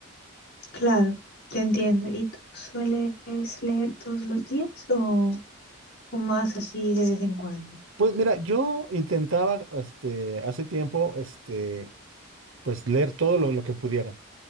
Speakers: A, on the left (about 50°); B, on the right (about 65°).
A: claro, te entiendo. ¿Y tú sueles leer todos los días o, o más así de vez en cuando?
B: Pues mira, yo intentaba este, hace tiempo este, pues leer todo lo, lo que pudiera.